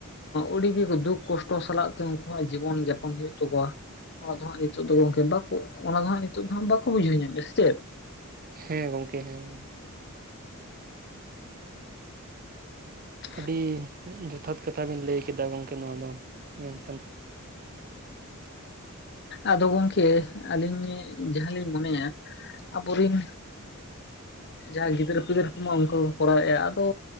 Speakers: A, on the left; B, on the right.
A: ᱟᱹᱰᱤᱜ ᱫᱩᱠ ᱠᱚᱥᱴᱚ ᱥᱟᱞᱟᱜ ᱛᱮ ᱩᱱᱠᱩᱣᱟᱜ ᱡᱤᱵᱚᱱ ᱡᱟᱯᱚᱱ ᱦᱩᱭᱩᱜ ᱛᱟᱠᱩᱣᱟ ᱾ ᱚᱱᱟ ᱫᱚ ᱦᱟᱸᱜ ᱱᱤᱛᱚᱜ ᱫᱚ ᱜᱚᱝᱠᱮ ᱵᱟᱠᱚ ᱚᱱᱟ ᱫᱚ ᱦᱟᱸᱜ ᱱᱤᱛᱚᱜ ᱫᱚ ᱵᱟᱠᱚ ᱵᱩᱡᱷᱟᱹᱣ ᱧᱟᱢ ᱢᱮᱜ-ᱟ ᱥᱮ ᱪᱮᱫ?
B: ᱦᱮᱸ ᱜᱚᱝᱠᱮ ᱦᱮᱸ ᱾
A: ᱦ <inaudible>
B: ᱟᱹᱰᱤ ᱡᱚᱛᱷᱟᱛ ᱠᱟᱛᱷᱟ ᱵᱮᱱ ᱞᱟᱹᱭ ᱠᱮᱫᱟ ᱜᱚᱝᱠᱮ ᱱᱚᱣᱟ ᱫᱚ ᱢᱮᱱᱠᱷᱟᱱ
A: ᱟᱫᱚ ᱜᱚᱝᱠᱮ ᱟᱹᱞᱤᱧ ᱡᱟᱦᱟᱸ ᱞᱤᱧ ᱢᱚᱱᱮᱭᱟ ᱟᱵᱚ ᱨᱤᱱ ᱡᱟᱦᱟᱸᱭ ᱜᱤᱫᱟᱹᱨ ᱯᱤᱫᱟᱹᱨ ᱠᱚᱢᱟ ᱚᱱᱠᱟ ᱠᱚ ᱠᱚᱨᱟᱣᱮᱫ-ᱟ ᱟᱫᱚ